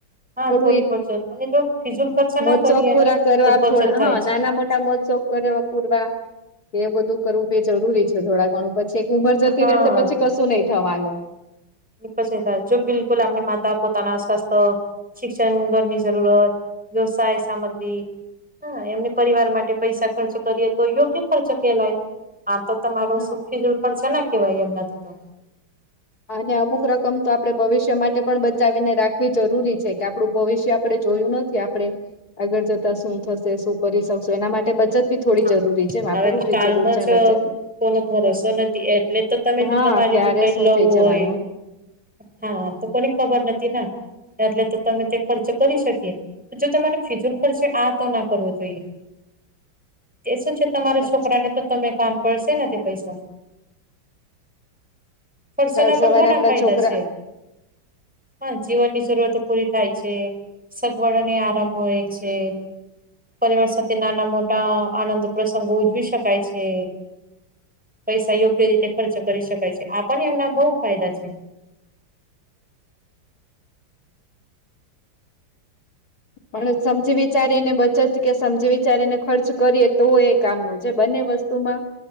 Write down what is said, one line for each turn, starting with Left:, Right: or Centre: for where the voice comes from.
Centre: હા
Left: થોડું
Centre: થોડી બચત અને જો ફિજુલ ખર્ચા ના
Left: મોખશોખ
Centre: કરીએ
Left: પૂરા
Centre: ને
Left: કરવા
Centre: તો બચત
Left: થોડા
Centre: થાય
Left: હ
Centre: છે.
Left: નાના મોટા તમે મોખ શોખ કરયો પૂરવા એ બધું કરવું બી જરૂરી છે થોડા ઘણું પછી એક ઉંમર જતી
Centre: હા
Left: રહેશે પછી કશું નહી થવાનું
Centre: ની પછી થાય જો બિલકુલ આપની માતા પોતાના સ્વાસ્થ શિક્ષણ ઘરની જરૂરત વ્યવસાય સામગ્રી હા એમને પરિવાર માટે પૈસા ખર્ચો કરીએ તો યોગ્ય ખર્ચો કેલાય આ તો તમારુ
Left: હા
Centre: સુખી જલફળ છે ને કેવાય એમનાથી તો.
Left: અને અમુક રકમ તો આપણે ભવિષ્ય માટે પણ બચાવીને રાખવી જરૂરી છે કે આપડું ભવિષ્ય આપડે જોયું નથી આપણે આગળ જતા શું થશે શું કરી શકશું એના માટે બચત બી થોડી
Centre: હા
Left: જરૂરી છે વાપરવું
Centre: હવે તો
Left: બી
Centre: કાલનો
Left: જરૂર છે
Centre: જ
Left: અને બચત
Centre: કોનો ભરોસો નથી એટલે તો તમે જો
Left: હા
Centre: તમારી
Left: ક્યારે
Centre: જો કઈ
Left: શું
Centre: લવું
Left: થઈ જવાનું
Centre: હોય. હા તો કોને ખબર નથી ના. એટલે તો તમે તે ખર્ચ કરી શકીએ જો તમારે ફીજુલ ખર્ચે આ તો ના કરવો જોઈએ. એ શું છે તમારા
Left: સાચી
Centre: છોકરાને તો તમે કામ પડશે તે પૈસા પણ સેના
Left: કાલ સવારે
Centre: પણ ઘણા
Left: આપડા
Centre: ફાયદા
Left: છોકરા
Centre: છે. હા જીવનની જરૂરતો પૂરી થાય છે સગવડો ને આરામ મળે છે. પરિવાર સાથે નાના મોટા આનંદ પ્રસંગો ઉજવી શકાય છે. પૈસા યોગ્ય રીતે ખર્ચ કરી શકાય છે આ પણ એમના બહુ ફાયદા છે.
Left: પણ સમજી વિચારી ને બચત કે સમજી વિચારીને ખર્ચ કરીએ તો એ કામનું છે બંને વસ્તુમાં